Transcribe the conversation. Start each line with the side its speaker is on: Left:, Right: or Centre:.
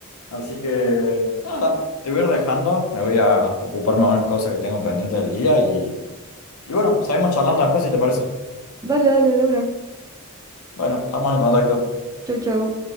Left: Así que nada, te voy a ir dejando, me voy a ocuparme de unas cosas que tengo pendientes del día y, y bueno, seguimos charlando después si te parece.
Right: Vale, dale, de una.
Left: Bueno, estamos en contacto.
Right: Chau, chau.